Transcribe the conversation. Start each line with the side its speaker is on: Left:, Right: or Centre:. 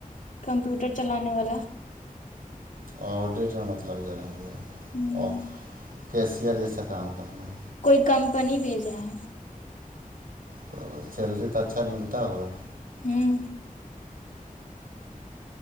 Left: کمپیوٹر چلانے والا
Right: آڈٹ میں مطلب جو ہے یہ
Left: ہوں
Right: کیشئر جیسا کام کرنا ہے
Left: کوئی کمپنی بھیجا ہے
Right: تو سیلری تو اچھا ملتا ہوگا
Left: ہوں